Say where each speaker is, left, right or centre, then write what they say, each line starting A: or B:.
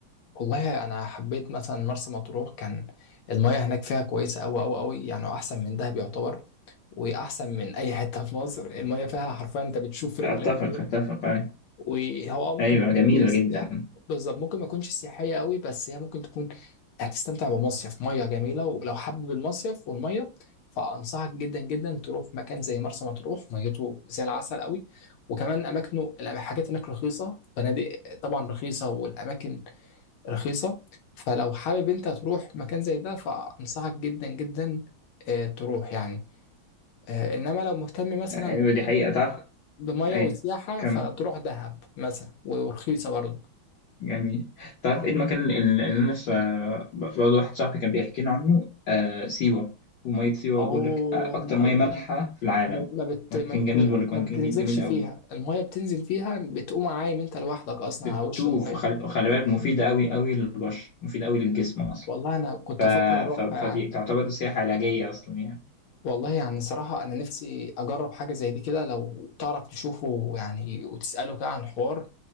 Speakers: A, on the left; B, on the left.
A: والله انا حبيت مثلا مرسى مطروح كان المياه هناك فيها كويسه قوي قوي قوي يعني احسن من دهب يعتبر واحسن من اي حته في مصر المياه فيها حرفيا انت بتشوف رجلك
B: أتفق
A: فيها
B: أتفق أيوة
A: وهو آه ممكن
B: أيوة
A: ما تكونش
B: جميلة جدا
A: سياح- بالظبط ممكن ما تكونش سياحيه قوي بس هي ممكن تكون هتستمتع بمصيف مياه جميله ولو حابب المصيف والمياه فانصحك جدا جدا تروح مكان زي مرسى مطروح ميته زي العسل قوي وكمان اماكنه الحاجات هناك رخيصه فنادق طبعا رخيصه والاماكن رخيصة فلو حابب انت تروح مكان زي ده فأنصحك جدا جدا آه، تروح يعني آه، انما لو مهتم مثلا
B: أيوة دي حقيقة تعرف
A: بمية
B: أيوة
A: وسياحة
B: كمل
A: فتروح دهب مثلا ورخيصة برضه
B: جميل تعرف ايه المكان اللي اللي انا لسه برضه واحد صاحبي كان بيحكي لي عنه آه سيوة ومية سيوة
A: او
B: بيقول لك آه أكتر
A: ما
B: مية مالحة في العالم
A: ما بت
B: مكان
A: ما بت
B: جميل بيقول لك مكان
A: ما بتنزلش
B: جميل جميل قوي
A: فيها المية بتنزل فيها بتقوم عايم انت لوحدك اصلا
B: بتدوب
A: على وش المية
B: وخل- وخلي بالك مفيدة قوي قوي للبشر مفيدة قوي للجسم أصلا
A: والله انا كنت
B: ف...
A: افكر اروحها
B: ف... فدي
A: يعني
B: تعتبر سياحة علاجية أصلا يعني
A: والله يعني صراحة أنا نفسي أجرب حاجة زي دي كده لو تعرف تشوفه يعني وتسأله كده عن الحوار